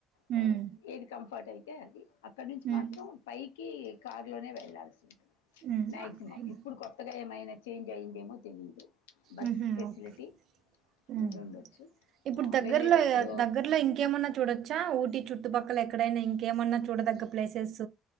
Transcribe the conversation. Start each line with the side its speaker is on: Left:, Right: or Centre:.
Right: హ్మ్.
Left: ఓ ఏది కంఫర్ట్ అయితే అంటే అది అక్కడ నుంచి
Right: హ్మ్.
Left: మాత్రం పైకి కారు లోనే వెళ్లాల్సి ఉంటుంది
Right: హ్మ్.
Left: మాక్సిమం
Right: హ్మ్.
Left: ఇప్పుడు కొత్తగా ఏమైన చేంజ్ అయ్యిందేమో తెలిదు బస్
Right: హుహు.
Left: ఫెసిలిటీ
Right: ఓకే. హ్మ్.
Left: ఉండిండొచ్చు
Right: ఇప్పుడు దగ్గరలో
Left: వెళ్ళేటప్పుడు
Right: దగ్గరలో ఇంకేమన్నా చూడొచ్చా ఊటి చుట్టుపక్కల ఎక్కడైనా ఇంకేమన్నా చూడదగ్గ ప్లేసెస్